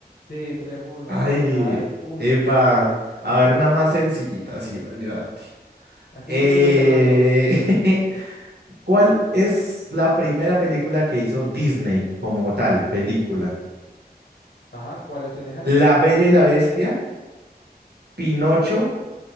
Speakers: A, on the left; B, on the right.
A: Sí, tres uno,
B: Ay,
A: no, me vas humillando.
B: epa. A ver, una más sencillita, así va a ayudarte.
A: Así
B: Eh,
A: me dijo hace rato.
B: <laughs> ¿Cuál es la primera película que hizo Disney como tal, película?
A: Ajá, ¿cuáles opciones hay?
B: ¿La Bella y la Bestia, Pinocho,